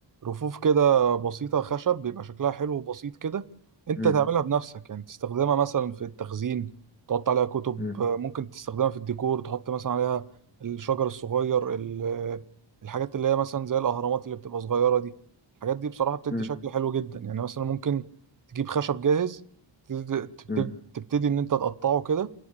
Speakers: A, on the right; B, on the left.
A: رفوف كده بسيطه خشب بيبقى شكلها حلو وبسيط كده انت
B: مم،
A: تعملها بنفسك يعني تستخدمها مثلا في التخزين تحط عليها كتب
B: مم،
A: آه، ممكن تستخدمها في الديكور تحط مثلا عليها الشجر الصغير ال- آه، الحاجات اللي هي مثلا زي الاهرامات اللي بتبقى صغيره دي الحاجات دي بصراحه بتدي
B: مم،
A: شكل حلو جدا يعني مثلا ممكن تجيب خشب جاهز تبتدي
B: مم،
A: تبتدي ان انت تقطعه كده